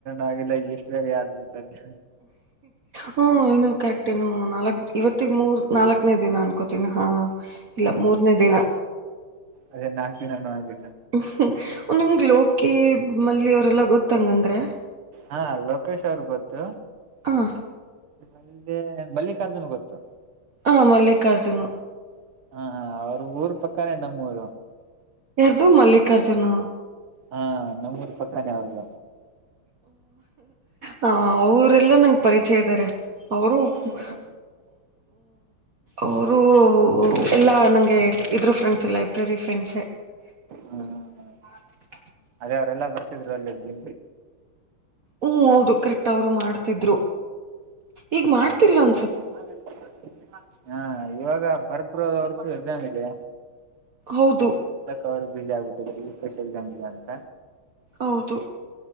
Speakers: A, on the right; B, on the right.
A: ಆಲ್ಲ ಎಷ್ಟುಾಗ ಯಾರ್ು ಬಿ ಸರಿ
B: ಹ್ಮ ಇನ್ನು ಕರೆಕ್ಟ್ ನು ನಾಲ್ಕ್ ಇವತ್ತಗ್ ಮೂರ್ ನಾಲ್ಕ್ನೇ ದಿನ ಅನ್ಕೋತೀಿನಿ ಹಾ ಇಲ್ಲ
A: ಹ್ಮ
B: ಮೂರ್ನೇ ದಿನ
A: ಅದೇ ನಾಕಕ್ ದಿನಾನೂ ಆಗು
B: ್ಮ ಒಲ ಅಕ್ಕಿ ಮಲ್ಲಿ ಅವರೆಲ್ಲ ಗೊತ್ತಂಗಂದ್ರೆ
A: ಹಾ ಲೋಕೇಶ್ ಅವ್ರ ಗೊತ್ತು
B: ಹಂ
A: ಅಲ್ಲಿೇ ಮಲ್ಲಿಕಾರ್ಜುನ್ ಗೊತ್ತು
B: ಹಾ ಮಲ್ಲಿಕಾರ್ಜುನು
A: ಹಾ ಹಾ ಅವ ಊರ್ ಪಕ್ಕಾನ ಎ್ಣಮ್ಮಊರ
B: ಅದು ಮಲ್ಲಿಕಾರ್ಜುನ್
A: ಹಾ ನಮ್ಮೂರಿ ಪಕ್ಕಾನ ಅವ್ರಗ
B: ಹ ಅವರೆಲ್ಲ ನಂಗೆ ಪರಿಚಯ ಇದ್ದಾರೆ ಅವರು್ಮ
A: ಹೌದು ಹಾ
B: ಅವರು ಎಲ್ಲಾ ನಂಗೆ ಇದ್ರ ಫ್ರೆಂಡ್ಸ್ ಲೈಬ್ರರಿ ಫ್ರೆಂಡ್ಸ <unintelligible>
A: ಹಾ ಹಾ ಅದೇ ಅವ್ರೆಲ್ಲಾ ಬರ್ತಿದ್ರು ಅಲ್ಲಿಲ್ಲಿ
B: ಹ್ಮ್ ಹೌದು ಕರೆಕ್ಟ್ ಅವರು ಮಾಡ್ತಿದ್ರು ಈಗ್ ಮಾಡ್ತಿಲ್ಲಂತ
A: ಹ್ಮ ಹಾಗ <unintelligible> ಹಾ ಇವಾಗ ಭರತ್ಪ್ ಅವ್ರದ್ದು ಎಕ್ಸಾಮ್ ಇದೆ
B: ಹೌದು.
A: ಅದಕ್ಕೆ ಅವ್ರ ಬಿಸಿ ಆಗ್ಬಿಟ್ಟ ಸ್ಪೆಷ ಎಕ್ಸಾಮ್ ಅಂತ
B: ಹೌದು